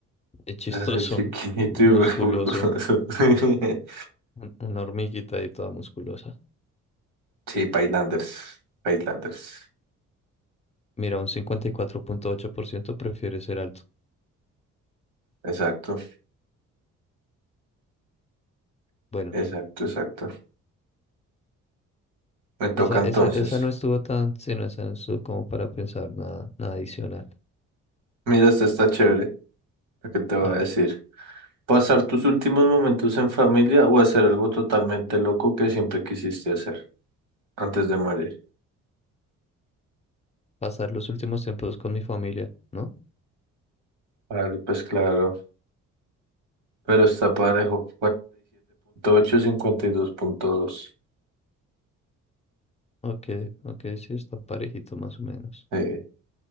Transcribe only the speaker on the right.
Es re chiquito
y re bulboso. <laughs>
Sí, Pailanders. Pailanders.
Exacto,
exacto, exacto. Me toca
entonces.
Mira, esta está chévere, lo que te voy
a decir. Pasar tus últimos momentos en familia o hacer algo totalmente loco que siempre quisiste hacer antes de morir.
Vale, pues claro, pero está parejo. 47.8, 52.2.
Eh,